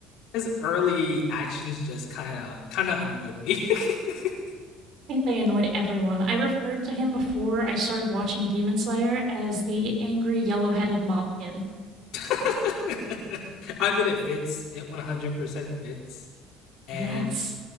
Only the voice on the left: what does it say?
his early actions just kind of kind of annoyed me. <laughs>
<laughs> I mean, it fits. It 100% fits. And